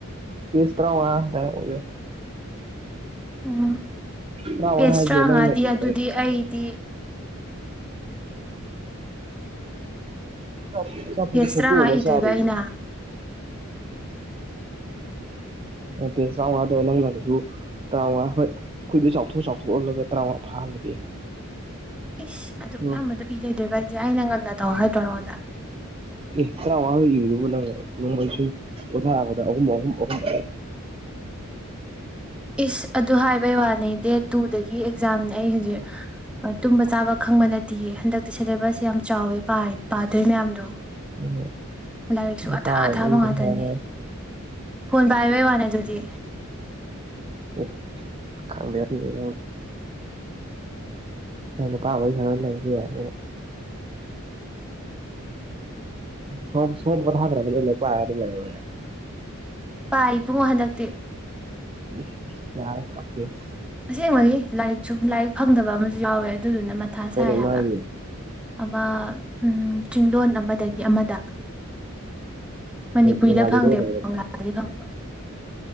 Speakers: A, on the right; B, in the centre.
A: ꯄ‌ꯦꯁ ꯇ꯭ꯔꯥꯉꯥ ꯑꯗꯨꯋꯥꯏ ꯑ‌ꯣꯏꯕ ꯌꯥꯏ
B: ꯎꯝ
A: ꯇꯔꯥꯃꯉꯥ
B: ꯄꯦꯁ
A: ꯍꯥꯏꯁꯦ
B: ꯇꯔꯥꯉꯥꯗꯤ
A: ꯅꯪꯅ ꯏꯕꯗ
B: ꯑꯗꯨꯗꯤ ꯑꯩꯗꯤ
A: <unintelligible> ꯑꯆꯥꯄ‌ꯣꯠꯁꯤ
B: ꯄꯦꯖ
A: ꯈ‌ꯣꯛꯇ‌ꯣꯛ
B: ꯇꯔꯥꯃꯉꯥ
A: ꯑꯝꯃꯥ
B: ꯏꯗꯣꯏꯕ
A: ꯆꯥꯗꯕꯤꯗ
B: ꯑꯩꯅ
A: ꯄꯦꯁ ꯇ꯭ꯔꯥꯋꯉꯥꯗꯨ ꯅꯪꯅ ꯀꯩꯁꯨ ꯇꯔꯥꯃꯉꯥ ꯍꯣꯏ ꯈꯨꯏꯗꯨ ꯆꯥꯎꯊꯣꯛ ꯆꯥꯎꯊꯣꯛꯍꯜꯂꯒ ꯇꯔꯥꯃꯉꯥ ꯐꯥꯍꯜꯂꯗꯤ
B: ꯏꯁ ꯑꯗꯨꯛꯌꯥꯝꯕꯗꯨ
A: ꯑꯣ
B: ꯏ ꯂꯩꯗ‌ꯣꯏꯕꯥ ꯑꯩꯗꯤ ꯑꯩꯅ ꯉꯟꯅ ꯇꯧ ꯍꯥꯏꯗ‍꯭ꯔ‌ꯣ ꯅꯉꯣꯟꯗ
A: ꯑꯦ ꯇꯔꯋꯥꯉꯥ ꯏꯕꯗꯨꯕꯨ ꯅꯪ ꯅꯣꯡꯃꯩꯁꯨ ꯄꯣꯊꯥꯔꯛꯄꯗ ꯑꯍꯨꯝ ꯑꯍꯨꯝ ꯑꯍꯨꯝ
B: <unintelligible> ꯏꯁ ꯑꯗꯨ ꯍꯥꯏꯕꯩ ꯋꯥꯅꯤ ꯗꯦꯠ ꯇꯨꯗꯒꯤ ꯑꯦꯛꯖꯥꯝꯅꯦ ꯑꯩ ꯍꯧꯖꯤꯛ ꯇꯨꯝꯕ ꯆꯥꯕ ꯈꯪꯕ ꯅꯠꯇꯦꯌꯦ ꯍꯟꯗꯛꯇꯤ ꯁꯦꯂꯦꯕꯁ ꯌꯥꯝ ꯆꯥꯎꯋꯦ ꯄꯥꯗꯣꯏ ꯃꯌꯥꯝꯗꯣ
A: ꯑ
B: ꯂꯥꯏꯔꯤꯛꯁꯨ
A: ꯅꯨꯄꯥ
B: ꯑꯊꯥ ꯑꯊꯥꯕ
A: ꯋꯥꯔꯤ ꯑꯗꯨꯝ
B: ꯉꯥꯛꯇꯅꯦ
A: ꯁꯥꯟꯅ ꯂꯩ
B: ꯐꯣꯟ ꯄꯥꯏꯕꯩ ꯋꯥꯅꯦ ꯑꯗꯨꯗꯤ
A: <unintelligible> ꯈꯪꯗ‌ꯦ ꯈꯪꯗ‌ꯦ ꯈꯪꯗ‌ꯦ ꯅꯨꯄꯥ ꯋꯥꯔꯤ ꯁꯅꯥ ꯂꯩꯕꯗꯤ ꯌꯥꯅꯤꯅ‌ꯦ ꯁꯣꯝ ꯁꯣꯝ ꯄ‌ꯣꯊꯗꯕꯤ ꯂꯥꯏꯛ ꯄꯔꯥ ꯑꯗꯨ ꯂꯩꯔ‌ꯣꯅ‌ꯦ
B: ꯄꯥꯏ ꯏꯄꯨꯡ ꯍꯟꯗꯛꯇꯤ
A: ꯎ ꯌꯥꯏ ꯐꯥꯛꯄꯦꯁ
B: ꯑꯁꯦꯡꯕꯒꯤ ꯂꯥꯏꯔꯤꯛꯁꯨ ꯂꯥꯏꯔꯤꯛ ꯐꯪꯗꯕ ꯑꯃꯁꯨ ꯌꯥꯎꯋꯦ ꯑꯗꯨꯗꯨꯅ ꯃꯊꯥ
A: ꯀꯩ
B: ꯁꯥꯏ
A: ꯂꯩꯔꯤꯅꯣ
B: ꯍꯥꯏꯕ
A: ꯍꯥꯏꯁꯦ
B: ꯑꯃ ꯆꯤꯡꯂꯣꯟ ꯑꯃꯗꯒꯤ ꯑꯃꯗ ꯃꯅꯤꯄꯨꯔꯤꯗ
A: ꯕꯦꯡꯒꯥꯂꯤꯗ
B: ꯐꯪꯗꯦꯕ
A: ꯑꯣꯏꯅ ꯂꯩꯔꯕ
B: ꯕꯪꯂꯥꯗꯗꯤ ꯐꯪ